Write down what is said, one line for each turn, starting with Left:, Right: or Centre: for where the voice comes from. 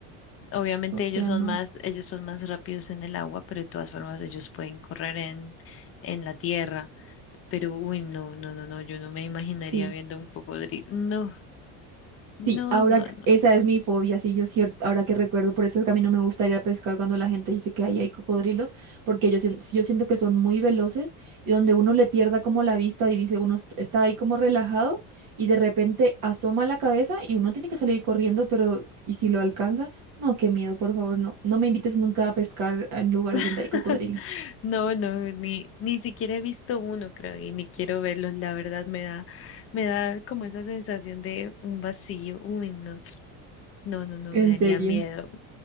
Left: Obviamente
Right: O sea,
Left: ellos son
Right: no.
Left: más, ellos son más rápidos en el agua, pero de todas formas ellos pueden correr en, en la tierra. Pero, uy, no, no, no, no, yo no me imaginaría
Right: Sí,
Left: viendo un cocodrilo. No,
Right: sí,
Left: no,
Right: ahora
Left: no,
Right: c-
Left: no.
Right: esa es mi fobia, sí, yo cierto, ahora que recuerdo, por eso es que a mí no me gusta ir a pescar cuando la gente dice que ahí hay cocodrilos, porque yo, sien- yo siento que son muy veloces y donde uno le pierda como la vista y dice, uno est- está ahí como relajado y de repente asoma la cabeza y uno tiene que salir corriendo, pero ¿y si lo alcanza? No, qué miedo, por favor, no, no me invites nunca a pescar en lugares
Left: <laughs>
Right: donde hay cocodrilos.
Left: No, no, ni, ni siquiera he visto uno, creo, y ni quiero verlos. La verdad me da, me da como esa sensación de un vacío. Uy, no, no, no, no,
Right: En
Left: me daría
Right: serio.
Left: miedo.